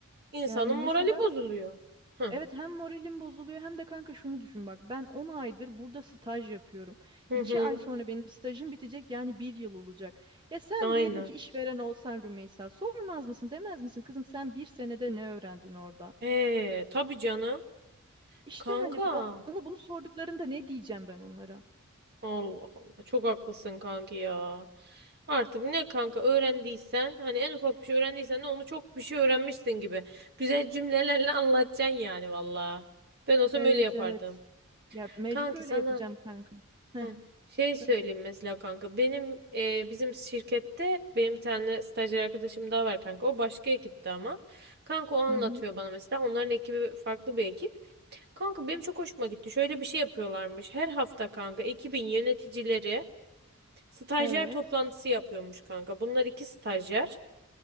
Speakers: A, on the right; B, on the right.
A: İnsanın
B: yani
A: morali
B: mesela
A: bozuluyor. Hı
B: evet hem moralim bozuluyor hem de kanka şunu düşün bak ben 10 aydır burada staj yapıyorum.
A: hı
B: iki
A: hı.
B: ay sonra benim stajım bitecek yani bir yıl olacak. Ya sen
A: Aynen.
B: diyelim ki işveren olsan Rümeysa sormaz mısın demez misin kızım sen bir senede ne öğrendin orada?
A: Ee tabii canım.
B: İşte
A: Kanka.
B: hani bana bunu sorduklarında ne diyeceğim ben onlara?
A: Allah Allah. Çok haklısın kanki ya. Artık ne kanka öğrendiysen hani en ufak bir şey öğrendiysen de onu çok bir şey öğrenmişsin gibi. Güzel cümlelerle <laughs> anlatacaksın yani valla. Ben olsam
B: Evet
A: öyle yapardım.
B: evet ya mecbur
A: Kanki
B: öyle
A: sana
B: yapacağım kanka. Heh,
A: heh, şey söyleyeyim
B: söyle.
A: mesela kanka. Benim e, bizim şirkette benim bir tane stajyer arkadaşım daha var kanka. O başka ekipte ama. Kanka o anlatıyor
B: Hı hı.
A: bana mesela. Onların ekibi farklı bir ekip. Kanka benim çok hoşuma gitti. Şöyle bir şey yapıyorlarmış. Her hafta kanka ekibin yöneticileri stajyer
B: Evet
A: toplantısı yapıyormuş kanka. Bunlar iki stajyer.